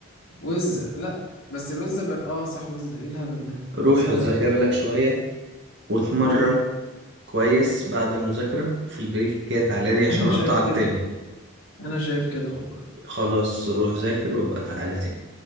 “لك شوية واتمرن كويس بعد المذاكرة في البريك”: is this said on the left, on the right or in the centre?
Right